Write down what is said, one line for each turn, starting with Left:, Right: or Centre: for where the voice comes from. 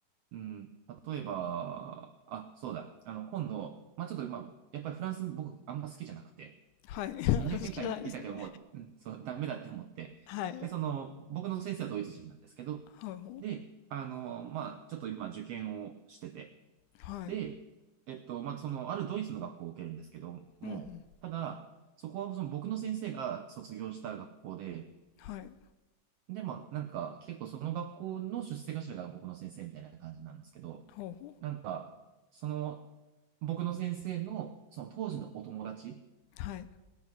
Right: うん、例えば、あ、そうだ。あの、今度、まあちょっと、まあ、やっぱりフランス僕あんま好きじゃなくて、
Left: はい。<laughs> 好きじゃないですね。
Right: 2年間いたけど、もう、うんそう、ダメだって思って。
Left: はい。
Right: で、その、僕の先生はドイツ人なんですけど、
Left: はいほう。
Right: で、あの、まあ、ちょっと今受験をしてて、
Left: はい。
Right: で、えっと、まあ、その、あるドイツの学校を受けるんですけど、もう、
Left: うんうん。
Right: ただ、そこはその僕の先生が卒業した学校で、
Left: はい。
Right: で、まあ、なんか、結構その学校の出世頭が僕の先生みたいな感じなんですけど、
Left: ほうほう。
Right: なんか、その、僕の先生の、その当時のお友達
Left: はい。